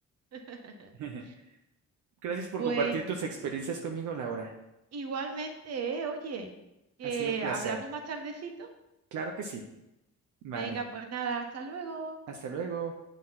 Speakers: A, on the right; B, on the right.
A: <laughs>
B: <laughs> Gracias
A: Bueno.
B: por compartir tus experiencias conmigo, Laura.
A: Igualmente, eh, oye, que
B: Ha sido un placer.
A: hablamos más tardecito.
B: Claro que sí. Vale,
A: Venga, pues nada, hasta luego.
B: hasta luego.